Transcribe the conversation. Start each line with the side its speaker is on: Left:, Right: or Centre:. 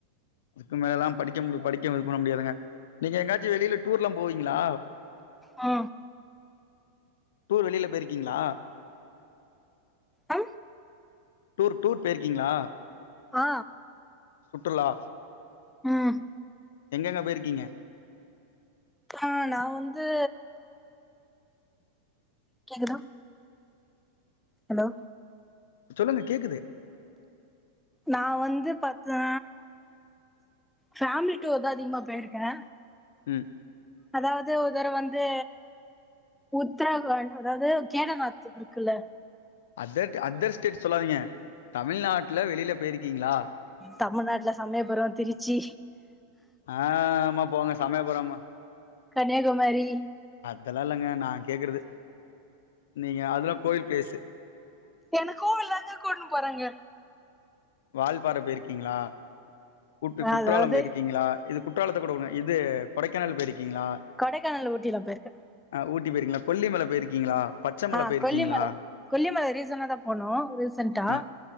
Left: அதுக்கு மேலல்லா படிக்க முடி படிக்க பண்ண முடியாதுங்க நீங்க எங்காச்சு வெளில டூர்லாம் போவீங்களா?
Centre: ஆ
Left: டூர் வெளில போயிருக்கீங்களா?
Centre: அ
Left: டூர் டூர் போயிருக்கீங்களா?
Centre: ஆ
Left: சுற்றுலா
Centre: ம்
Left: எங்கெங்க போயிருக்கீங்க?
Centre: ஆ நா வந்து கேக்குதா? ஹலோ
Left: சொல்லுங்க கேக்குது.
Centre: நா வந்து பாத்தா ஃபேமிலி டூர்தா அதிகமா போயிருக்கே.
Left: ம்
Centre: அதாவது ஒரு தடவ வந்து உத்தரகாண்ட் அதாவது கேதார்நாத் இருக்குல்ல
Left: அதர்ட் அதர் ஸ்டேட் சொல்லாதீங்க தமிழ்நாட்ல வெளில போயிரு க்கீங்களா?
Centre: தமிழ்நாட்ல சமயபுரோ திருச்சி
Left: ஆ ஆமா போங்க சமயபுரமா
Centre: கன்யாகுமாரி
Left: தல்லா இல்லங்க நா கேக்குறது நீங்க அதல்லா கோயில் பிளேஸ்ஸு
Centre: என்ன கோவில்தான கூட்னு போறாங்க
Left: வால்பாறை போயிருக்கீங்களா? குற் குற்றாலம்
Centre: அதாவது
Left: போயிருக்கீங்களா? இது குற்றாலத்த கூட விடுங்க இது கொடைக்கானல் போயிருக்கீங்களா?
Centre: கொடைக்கானல் ஊட்டில்லா போயிருக்கே
Left: ஆ ஊட்டி போயிருக்கீங்களா கொல்லிமல போயிருக்கீங்களா? பச்சமல
Centre: ஆ
Left: போயிருக்கீங்களா
Centre: கொல்லிமல கொல்லிமல ரீசன்டாதா போனோ ரீசன்டா
Left: ஆ